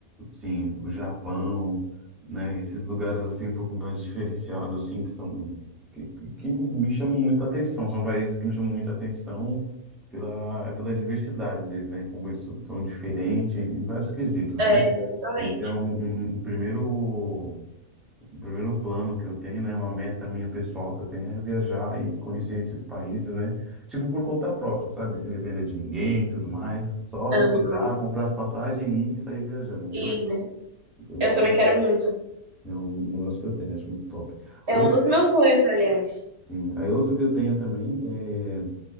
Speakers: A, in the centre; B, on the right.
A: sim, o Japão, né, esses lugares assim um pouco mais diferenciados assim que são que, que me chamam muita atenção, são países que me chamam muita atenção pela pela diversidade deles, né, como eles são, são diferentes em vários quesitos,
B: É,
A: né?
B: exatamente.
A: Esse é um, um um primeiro o primeiro plano que eu tenho, né, uma meta minha pessoal que eu tenho é viajar e conhecer esses países, né? Tipo por conta própria, sabe? Sem depender de ninguém, e tudo mais. Só
B: Aham.
A: pegar, comprar as passagens e ir sair viajando,
B: E,
A: né?
B: né?
A: Então,
B: Eu
A: Esse
B: também quero muito.
A: é um negócio que eu tenho, acho muito top. Outro,
B: É um dos meus sonhos, aliás.
A: sim. Aí outro que eu tenho também é